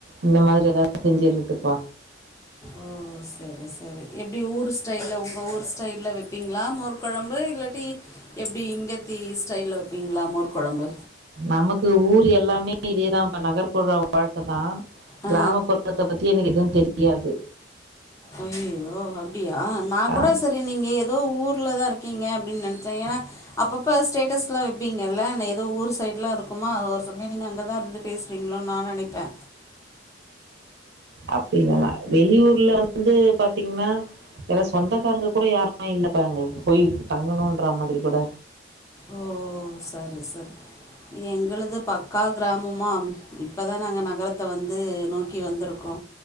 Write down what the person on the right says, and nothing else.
இந்த மாதிரி எல்லாம் செஞ்ஜு எடுத்து பா
நமக்கு ஊர் எல்லாமே இதேதான் இப்ப நகர்புற வாழ்க்க தான்
கிராமப்புறத்தை பத்தி எனக்கு எதும் தெரியாது
ஆ
அப்டி இல்லல்லா வெளியூர்ல வந்து பாத்தீங்கன்னா ஏன்னா சொந்தக்காரங்க கூட யாருமே இல்லப்பா எங்களுக்கு போய் தங்கணும்ன்ற மாதிரி கூட